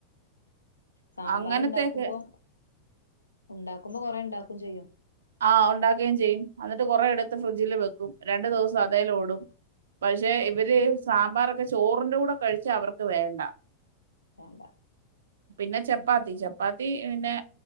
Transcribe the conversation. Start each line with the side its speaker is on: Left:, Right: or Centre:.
Left: സാമ്പാർ
Right: അങ്ങനത്തെയൊക്കെ
Left: ഉണ്ടാക്കുമ്പോ ഉണ്ടാക്കുമ്പോ കൊറെ ഉണ്ടാക്കും ചെയ്യും.
Right: ആഹ് ഉണ്ടാക്കുകയും ചെയ്യും. എന്നിട്ട് കൊറെ എടു ത്ത് ഫ്രിഡ്ജില്
Left: ആഹ്
Right: വെക്കും. രണ്ടു ദിവസം അതേലോടും.
Left: അതാ
Right: പക്ഷെ ഇവര് സാമ്പാറൊക്കെ ചോറിന്റെ കൂടെ കഴിച്ചാ അവർക്ക് വേണ്ട.
Left: വേണ്ട
Right: പിന്നെ ചപ്പാത്തി,
Left: ഉം
Right: ചപ്പാ ത്തി പിന്നെ